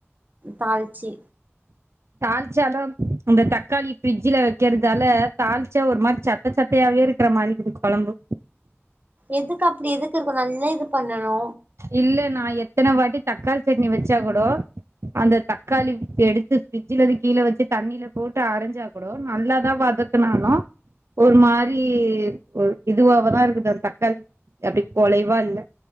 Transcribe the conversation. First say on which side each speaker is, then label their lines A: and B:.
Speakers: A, on the right (about 35°); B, on the right (about 65°).
A: தாள்ச்சி
B: தாள்ச்சாலு இந்த தக்காளி ஃப்ரிட்ஜ்ல வைக்கிறதால தாளிச்சா ஒரு மாரி சப் ப சப்பையாவே இருக்குற மாதி இருக்குது கொழம்பு
A: எதுக்கு அப்டி எதுக்கு இருக்கு நல்லா இது பண்ணணு
B: இல்ல நா எத்தன வாட்டி தக்காளி சட்னி வச்சா கூடோ அந்த தக்காளி எடுத்து ஃப்ரிட்ஜ்ல இருந்து கீழ வச்சி தண்ணில போட்டு அரஞ்சா கூடோ நல்லாதா வதக்குனாலு ஒரு மாரி ஒரு இதுவாவதா இருக்குது அந்த தக்காளி அப்டி கொலைவா இல்ல